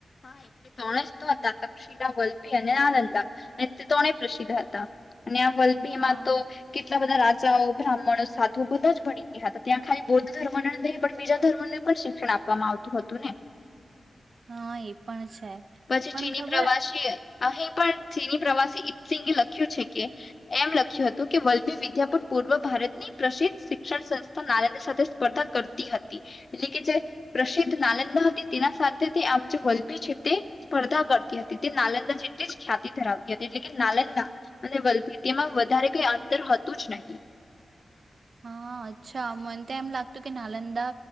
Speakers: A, on the left; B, on the right.
A: હા એ ત્રણે જ તો હતા તક્ષિલા વલ્ભી અને નાનંદા અને તે ત્રણે પ્રસિદ્ધ હતા અને વલ્ભીમાં
B: હા
A: તો કેટલા બધા બ્રાહ્મણ સાધુ બધો જ બની ગયા હતા ત્યાં ખાલી બૌદ્ધ ધર્મને જ નહીં પણ બીજા ધર્મને પણ શિક્ષણ આપવામાં આવતું હતું ને
B: હા એ પણણ છે
A: પછી
B: પણ
A: ચીની
B: ખબર
A: પ્રવાસી અહીં પણ ચીની પ્રવાસી ઈસિંગે લખ્યું છે કે એમ લખ્યું હતું કે વલ્લભી વિદ્યાપુટ પૂર્વ ભારતની પ્રસિદ્ધ શિક્ષણ સંસ્થા નાલંદા સાથે સ્પર્ધા કરતી હતી એટલે કે જે પ્રસિદ્ધ નાલંદા હતી તેના સાથે તે આ જે વલ્લભી છે તે સ્પર્ધા કરતી હતી તે નાલંદા જેટલી જ ખ્યાતિ ધરાવતી હતી એટલે કે નાલંદા અને વલ્થીી તેમાં વધારે કઈ અંતર હતું જ નહીં
B: હા અચ્છા મને તો એમ લાગતું કે નાલંદા